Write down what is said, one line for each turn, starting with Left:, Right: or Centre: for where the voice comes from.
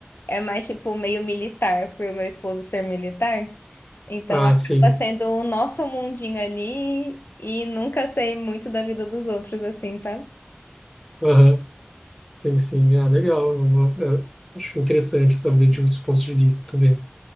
Left: é mais tipo meio militar, por meu esposo ser militar. Então
Centre: Ah,
Left: acaba
Centre: sim.
Left: sendo o nosso mundinho ali e nunca sei muito da vida dos outros assim, sabe?
Centre: Aham. Sim, sim. Ah, legal. É uma- é- acho interessante saber de outros pontos de vista também.